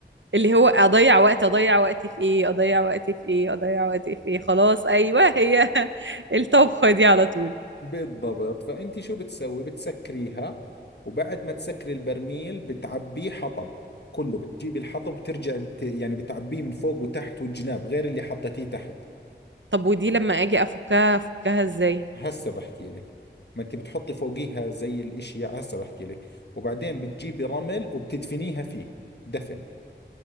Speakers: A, on the right (about 80°); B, on the left (about 65°).
A: اللي هو اضيع وقت اضيع وقتي في ايه اضيع وقتي في ايه اضيع وقتي في ايه خلاص ايوه هي <laughs> الطبخة دي على طول
B: بالضبط فأنت شو بتسوي بتسكريها وبعد ما تسكري البرميل بتعبيه حطب كله بتجيبي الحطب بترجع بت... يعني بتعبيه من فوق وتحت والجناب غير اللي حطيتيه تحت
A: طب ودي لما اجي افكها افكها ازاي
B: هسه بحكي لك ما انت بتحطي فوقيها زي الاشي هسه بحكي لك وبعدين بتجيبي رمل وبتدفنيها فيه دفن